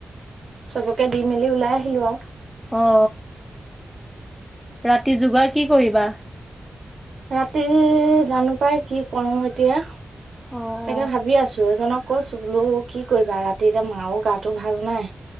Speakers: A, on the right; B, in the centre.
A: চবকে দি মেলি ওলাই আহিলো আও।
B: অ, ৰাতি যোগাৰ কি কৰিবা?
A: ৰাতি জানো পাই কি কৰো এতিয়া।
B: অ।
A: তাকে ভাবি আছো এজনক কৈছো বোলো কি কৰিবা ৰাতি এতিয়া মাও গাটো ভাল নাই।